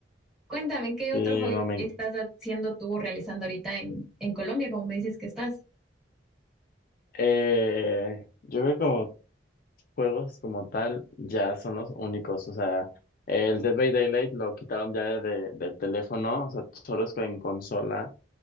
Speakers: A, in the centre; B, on the left.
A: Cuéntame, ¿qué otro
B: Sí,
A: hobby
B: no me...
A: estás haciendo tú o realizando ahorita en, en Colombia, como me dices que estás?
B: Eh, yo creo que como juegos como tal ya son los únicos, o sea, el Dead by Daylight lo quitaron ya de, de- del teléfono, o sea, solo es en consola